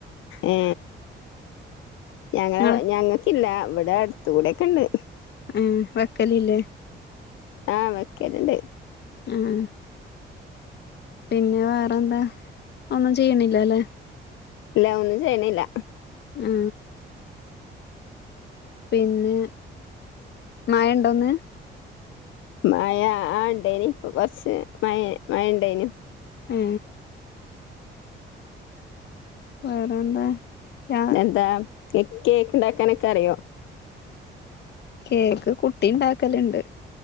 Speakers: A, on the left; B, on the left.
A: ഏ ഞങ്ങളെ
B: നിങ്ങള്
A: ഞങ്ങക്കില്ല ഇവിടെ അടുത്തൂടെ ഒക്കെ ഉണ്ട്
B: ഏഹ് വെക്കലില്ലേ
A: ആ വെക്കലിണ്ട്
B: ആ ആ പിന്നെ വേറെന്താ ഒന്നും ചെയ്യണില്ല അല്ലേ
A: ഇല്ല ഒന്നും ചെയ്യ്ണില്ല.
B: ആ പിന്നെ മഴ ഇൻണ്ടോന്ന്?
A: മഴ ആ ണ്ടേനി ഇപ്പൊ കൊറച്ച് മഴ മഴ ണ്ടേനു
B: ഏ വേറെന്താ? ഞാ
A: എന്താ കേ കേക്ക്ണ്ടാക്കാനൊക്കെ അറിയോ
B: കേക്ക് കുട്ടിണ്ടാക്കല്ണ്ട്